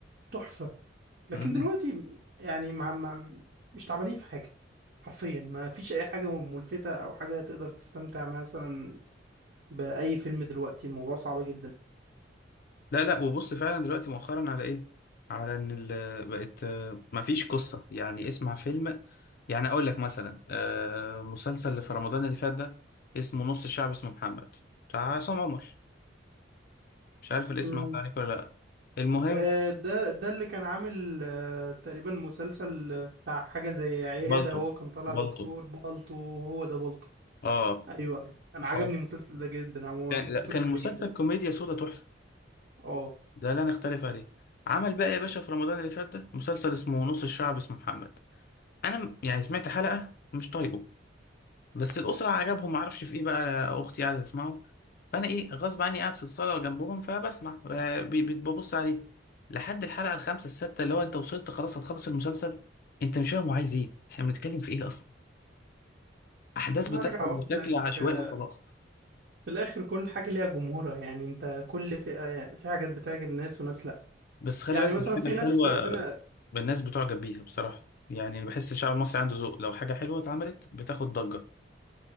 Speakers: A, on the right (about 55°); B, on the left (about 55°).
A: تحفة لكن
B: مم.
A: دلوقتي يعني مع مع مش تعبانين في حاجة حرفيا ما فيش أي حاجة ملفتة أو حاجة تقدر تستمتع مثلا بأي فيلم دلوقتي الموضوع صعب جدا
B: لا لا وبص فعلا دلوقتي مؤخرا على ايه على ان ال- بقت ما فيش قصه يعني اسمع فيلم يعني اقول لك مثلا آه، مسلسل اللي في رمضان اللي فات ده اسمه نص الشعب اسمه محمد بتاع عصام عمر مش عارف الاسم
A: مم.
B: عدى عليك ولا لا المهم
A: آه، ده ده اللي كان عامل آه، تقريبا مسلسل آه، بتاع حاجة زي عيادة
B: بالطو
A: هو كان طالع دكتور
B: بالطو
A: بالطو هو ده بالطو
B: اه
A: أيوه أيوة. أنا
B: ف-
A: عجبني المسلسل ده جدا عموما
B: كان
A: فكرته
B: لا، كان
A: جديدة
B: المسلسل
A: جدا
B: كوميديا سودا تحفه
A: اه
B: ده لا نختلف عليه عمل بقى يا باشا في رمضان اللي فات ده مسلسل اسمه نص الشعب اسمه محمد انا م- يعني سمعت حلقه مش طايقه بس الاسره عجبهم معرفش في ايه بقى اختي قاعده تسمعه فانا ايه غصب عني قاعد في الصاله جنبهم فبسمع ب- ب- ببص عليه لحد الحلقه الخامسه السادسه اللي هو انت وصلت خلاص هتخلص المسلسل انت مش فاهم هو عايز ايه احنا بنتكلم في ايه اصلا احداث
A: أنا
B: بتحصل
A: هرجع أقول
B: بشكل
A: لك
B: عشوائي
A: آه،
B: وخلاص
A: في الآخر كل حاجة ليها جمهورها يعني أنت كل فئة يعني في حاجات بتعجب ناس وناس لأ
B: بس خلي
A: يعني
B: بالك
A: مثلا
B: الحاجه
A: في
B: الحلوه
A: ناس فينا
B: الناس بتعجب بيها بصراحه يعني بحس الشعب المصري عنده ذوق لو حاجه حلوه اتعملت بتاخد ضجه